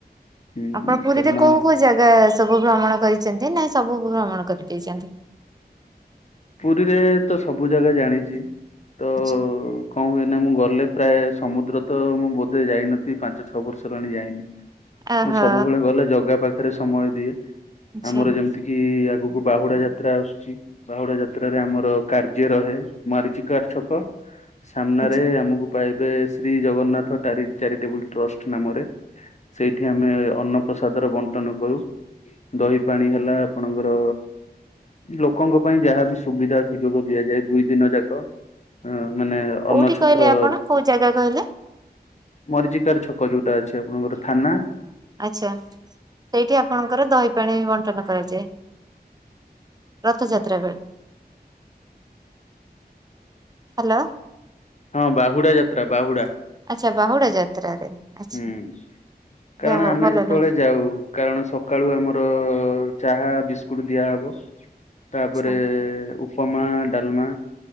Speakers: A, on the left (about 45°); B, on the right (about 25°).
A: ହୁଁ
B: ଆପଣ ପୁରୀରେ
A: କାରଣ
B: କୋଉ କୋଉ ଜାଗା ଅ ସବୁ ଭ୍ରମଣ କରିଚନ୍ତି ନା ସବୁ ଭ୍ରମଣ କରିଦେଇଚନ୍ତି?
A: ପୁରୀରେ ତ ସବୁ ଜାଗା ଜାଣିଛି ତ
B: ଆଛା।
A: କଣ ହୁଏନା ମୁଁ ଗଲେ ପ୍ରାୟ ସମୁଦ୍ର ତ ମୁଁ ବୋଧେ ଯାଇନଥିଲି। ପାଞ୍ଚ ଛଅ ବର୍ଷ ହେଲାଣି ଯାଇନି
B: ଆହା
A: ମୁଁ ସବୁବେଳେ ଗଲେ ଜଗା ପାଖରେ ସମୟ ଦିଏ।
B: ଆଛା
A: ଆମର ଯେମିତି କିି ଆଗକୁ ବାହୁଡା ଯାତ୍ରା ଆସୁଛି। ବାହୁଡା ଯାତ୍ରାରେ ଆମର କାର୍ଯ୍ୟ ରହେ ମରିଚିକାର ଛକ। ସାମ୍ନାରେ
B: ଆଛା।
A: ଆମକୁ ପାଇବେ ଶ୍ରୀ ଜଗନ୍ନାଥ ଚାରିଟେବୁଲ ଟ୍ରଷ୍ଟ ନାମରେ ସେଇଠି ଆମେ ଅନ୍ନପ୍ରସାଦର ବଣ୍ଟନ କରୁ। ଦହି ପାଣି ହେଲା ଆପଣଙ୍କର ଲୋକଙ୍କ ପାଇଁ ଯାହା ବିି ସୁବିଧା ସୁଯୋଗ ଦିଆଯାଏ। ଦୁଇ ଦିନ ଯାକ। ଅ ମାନେ
B: କୋଉଠି
A: ଅନ୍ନଛତ୍ର
B: କହିଲେ ଆପଣ କୋଉ ଜାଗା କହିଲେ?
A: ମରିଚିକାର ଛତ ଯୋଉଟା ଅଛି ଆପଣଙ୍କର ଥାନା।
B: ଆଛା ସେଇଠି ଆପଣଙ୍କର ଦହି ପାଣି ବଣ୍ଟନ କରାଯାଏ। ରଥଯାତ୍ରା ବେଳେ ହ୍ୟାଲୋ।
A: ହଁ ବାହୁଡା ଯାତ୍ରା ବାହୁଡା।
B: ଆଚ୍ଛା ବାହୁଡା ଯାତ୍ରାରେ। ଆଚ୍ଛା
A: ହୁଁ କାରଣ
B: ଯାହା ହଉ
A: ଆମେ
B: ଭଲ
A: ଯେତେବେଳେ
B: ଲାଗିଲା।
A: ଯାଉ। କାରଣ ସକାଳୁ ଆମର ଚାହା ବିସ୍କୁଟ ଦିଆହବ। ତାପରେ
B: ଆଛା
A: ଉପମା ଡାଲମା